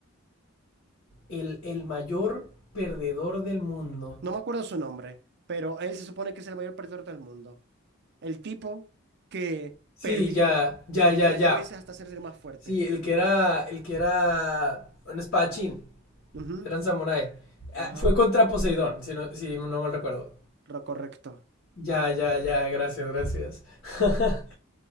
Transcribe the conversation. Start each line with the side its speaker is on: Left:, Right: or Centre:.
Left: el, el mayor perdedor del mundo.
Right: No me acuerdo su nombre, pero él se supone que es el mayor perdedor del mundo. El tipo que
Left: Sí,
Right: perdió
Left: ya, ya,
Right: millones
Left: ya, ya.
Right: de veces hasta hacerse el más fuerte.
Left: Sí, el que era, el que era un espadachín.
Right: Ujú,
Left: Eran samurái. Ah,
Right: Ajá.
Left: Fue contra Poseidón, si no, si no mal recuerdo.
Right: Ro- correcto.
Left: Ya, ya, ya, gracias, gracias. <laughs>